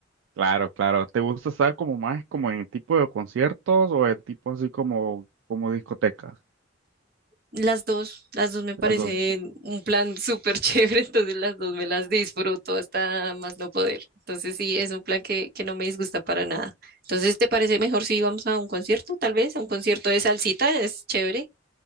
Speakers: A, on the right; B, on the right.
A: claro, claro. ¿Te gusta estar como más como en tipo de conciertos o en tipo así como, como discotecas?
B: Las dos, las dos me parecen
A: Las dos.
B: un plan súper chévere, <laughs> entonces las dos me las disfruto hasta más no poder. Entonces sí, es un plan que, que no me disgusta para nada. Entonces, ¿te parece mejor si vamos a un concierto, tal vez? A un concierto de salsita, es chévere.